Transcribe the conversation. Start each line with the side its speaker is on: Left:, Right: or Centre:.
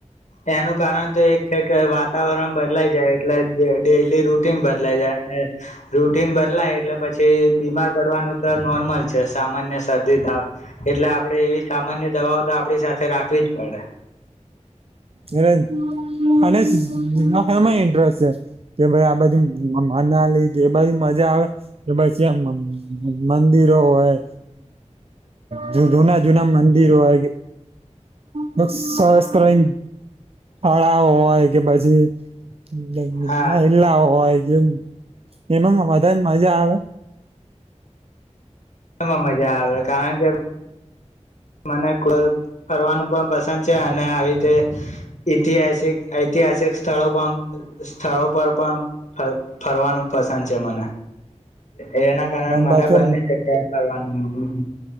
Left: એનું કારણ તો એક છે, કે વાત. વાતાવરણ બદલાઈ, જાય. એટલે જ. ડેલી રૂટીન બદલાઈ જાય ને. રૂટીન બદલાય એટલે પછી. કે બીમાર પડવાનું. તો નોર્મલ છે સામાન્ય શરદી તાવ એટલે આપડે એવી સામાન્ય દવાઓ તો આપડી સાથે રાખવી જ પડે
Right: એ અને એમાં ઇન્ટરેસ્ટ છે કે ભ આ બાજુ અનાલી એ બાજુ મજા આવે કે પછી આ મંદિરો હોય જના જૂના મંદિરોય ન સાસ ત્રયન અળાવ હોય કે પછી <unintelligible>
Left: હા
Right: જેમ એમાં વધારે મજા આવે
Left: એમાં મજા આવે કારણ કે મને ફરવાનું પણ પસંદ છે અને આવી રીતે ઈતિહાસિક ઐતિહાસિક સ્થળો પણ સ્થળો પર પણ ફ ફરવાનું પસંદ છે મને એના કારણે
Right: અને
Left: મને
Right: પાછો
Left: બંને જગ્યા ફરવાનું